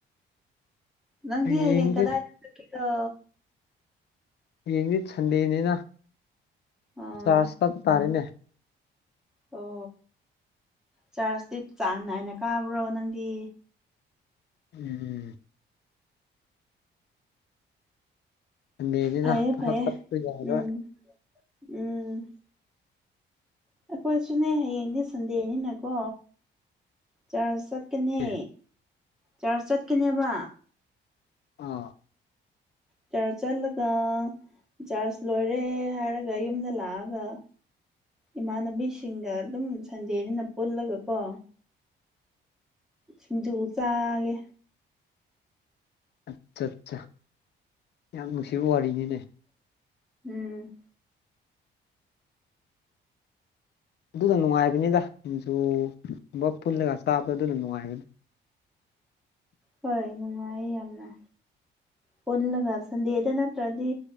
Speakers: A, in the centre; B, on the left.
A: ꯅꯪꯗꯤ
B: ꯍꯌꯦꯡꯗꯤ
A: ꯍꯌꯦꯡ ꯀꯗꯥꯏꯗ ꯆꯠꯀꯦꯔꯣ
B: ꯌꯦꯡꯗꯤ ꯁꯟꯗꯦꯅꯤꯅ ꯆꯥꯔꯖ
A: ꯑꯥ
B: ꯆꯥ꯭ꯔ꯭ꯁ ꯀꯛ ꯇꯥꯔꯦꯅꯦ
A: ꯋꯥꯎ ꯆꯥꯔꯖꯇꯤ ꯆꯥꯡ ꯅꯥꯏꯅ ꯀꯥꯕ꯭ꯔꯣ ꯅꯪꯗꯤ
B: ꯎꯝ ꯎꯝ ꯁꯟꯗꯦꯅꯤꯅ
A: ꯐꯩꯌꯦ
B: ꯊꯕꯛ
A: ꯐꯩꯌꯦ
B: ꯆꯠꯄ ꯌꯥꯔꯣꯏ
A: ꯎꯝ ꯎꯝ ꯑꯩꯈꯣꯏꯁꯨꯅꯦ ꯍꯌꯦꯡꯗꯤ ꯁꯟꯗꯦꯅꯤꯅꯀꯣ ꯆꯔꯆ ꯆꯠꯀꯅꯤ
B: ꯑꯦ
A: ꯆꯔꯆ ꯆꯠꯀꯅꯦꯕ
B: ꯑꯥ
A: ꯆꯥꯔꯆ ꯆꯠꯂꯒ ꯆꯥꯔꯆ ꯂꯣꯏꯔꯦ ꯍꯥꯏꯔꯒ ꯌꯨꯝꯗ ꯂꯥꯛꯑꯒ ꯏꯃꯥꯟꯅꯕꯤꯁꯤꯡꯗ ꯑꯗꯨꯝ ꯁꯟꯗꯦꯅꯤꯅ ꯄꯨꯜꯂꯒꯀꯣ ꯁꯤꯡꯖꯨ ꯆꯥꯒꯦ
B: ꯑꯆꯠ ꯆꯥ ꯌꯥꯝ ꯅꯨꯡꯁꯤꯕ ꯋꯥꯔꯤꯅꯤꯅꯦ
A: ꯎꯝ
B: ꯑꯗꯨꯅ ꯅꯨꯡꯉꯥꯏꯕꯅꯤꯗ ꯁꯤꯡꯖꯨꯒꯨꯝꯕ ꯄꯨꯜꯂꯒ ꯆꯥꯕꯗ ꯑꯗꯨꯅ ꯅꯨꯡꯉꯥꯏꯕꯅꯤ
A: ꯍꯣꯏ ꯅꯨꯡꯉꯥꯏ ꯌꯥꯝꯅ ꯄꯨꯜꯂꯒ ꯁꯟꯗꯦꯗ ꯅꯠꯇ꯭ꯔꯗꯤ